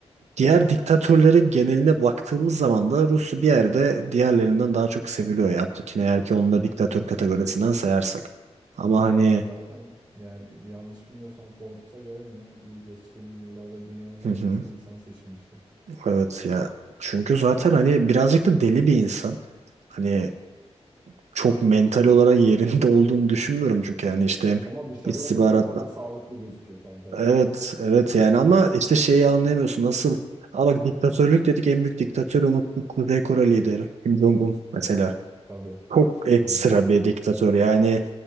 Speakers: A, on the right; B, on the right.
A: diğer diktatörlere geneline baktığımız zaman da Rusya bir yerde diğerlerinden daha çok seviliyor ya Putin eğer ki onu da diktatör kategorisinden sayarsak. Ama hani
B: Evet zaten yani bir, bir yanlış bilmiyorsam Forbes'a göre mi ne bir geçtiğimiz yıllarda dünyanın en
A: <laughs>
B: güçlü insanı seçilmişti Putin.
A: Evet ya çünkü zaten hani birazcık da deli bir insan. Hani çok mental olarak yerinde <laughs> olduğunu düşünmüyorum çünkü yani işte hem
B: Ama dışarıya
A: istihbarat
B: da bir o kadar sağlıklı gözüküyor tam tersi.
A: evet evet yani ama işte şeyi anlayamıyorsun nasıl Aa bak diktatörlük dedik en büyük diktatörü unuttuk Kuzey Kore lideri Kim Jong-un mesela.
B: Tabii
A: Çok ekstra
B: doğru.
A: bir diktatör yani